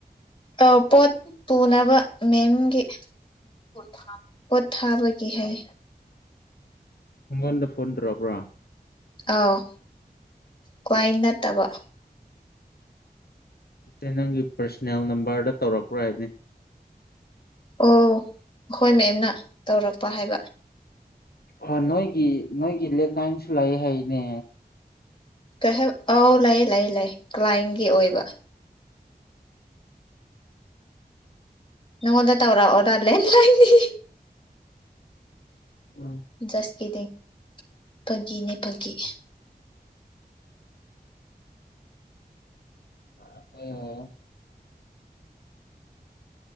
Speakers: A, on the left; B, on the left.
A: ꯑꯎ ꯄꯣꯠ ꯄꯨꯅꯕ ꯃꯦꯝꯒꯤ ꯄꯣꯠꯊꯥ ꯄꯣꯠꯊꯥꯕꯒꯤ ꯍꯥꯏ
B: ꯑꯉꯣꯟꯗ ꯐꯣꯟ ꯇꯧꯔꯛꯄ꯭ꯔꯥ
A: ꯑꯥꯎ ꯀ꯭ꯋꯥꯏ ꯅꯠꯇꯕ
B: ꯅꯠꯇꯦ ꯅꯪꯒꯤ ꯄꯔꯁꯅꯦꯜ ꯅꯝꯕꯔꯗ ꯇꯧꯔꯛꯄ꯭ꯔ ꯍꯥꯏꯕꯅꯦ
A: ꯑꯣ ꯑꯈꯣꯏ ꯃꯦꯝꯅ ꯇꯧꯔꯛꯄ ꯍꯥꯏꯕ
B: ꯑꯣ ꯅꯣꯏꯒꯤ ꯅꯣꯏꯒꯤ ꯂꯦꯠꯂꯥꯏꯟꯁꯨ ꯂꯩ ꯍꯥꯏꯅꯦ
A: ꯀꯩ ꯍꯥꯏ ꯑꯧ ꯂꯩ ꯂꯩ ꯂꯩ ꯀ꯭ꯂꯥꯏꯟꯒꯤ ꯑꯣꯏꯕ ꯅꯪꯉꯣꯟꯗ ꯇꯧꯔꯑꯣꯔ ꯂꯦꯟꯂꯥꯏꯟꯗꯤ
B: <unintelligible>
A: ꯖꯁ ꯀꯤꯗꯤꯡ ꯐꯒꯤꯅꯦ ꯐꯒꯤ
B: <unintelligible>